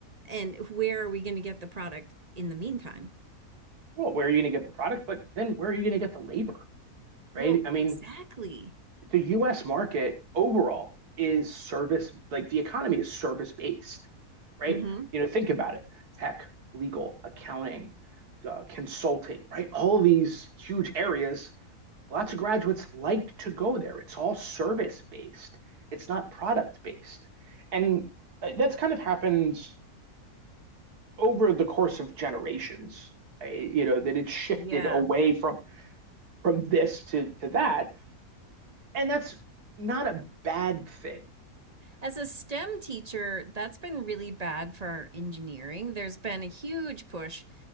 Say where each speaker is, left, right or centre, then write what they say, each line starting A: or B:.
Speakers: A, on the right; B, on the right.
A: and where are we going to get the product in the meantime?
B: Well, where are you going to get the product? But then where are you going to get the labor? Right.
A: Well,
B: I mean,
A: exactly.
B: the US market overall is service, like the economy is service based, right?
A: Mhm.
B: You know, think about it tech, legal, accounting, uh, consulting, right? All these huge areas, lots of graduates like to go there. It's all service based, it's not product based. And uh, that's kind of happened over the course of generations. eh, You know that it's shifted
A: Yeah.
B: away from from this to to that, and that's not a bad thing.
A: As a STEM teacher, that's been really bad for our engineering. There's been a huge push,